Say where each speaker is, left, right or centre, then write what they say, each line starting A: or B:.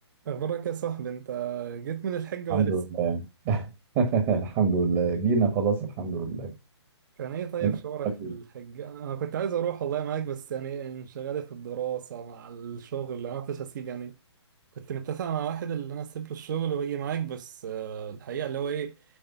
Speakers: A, on the right; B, on the right.
A: أخبارك يا صاحبي أنت جيت من الحج ولا
B: الحمد
A: لسه؟
B: لله <laughs> الحمد لله جينا خلاص الحمد لله
A: كان إيه طيب
B: انت
A: شعورك
B: اخبارك
A: في
B: ايه؟
A: الحج؟ أنا كنت عايز أروح والله معاك بس يعني انشغلت في الدراسة مع الشغل ما عرفتش أسيب يعني كنت متفق مع واحد اللي أنا أسيب له الشغل وأجي معاك بس آه، الحقيقة اللي هو إيه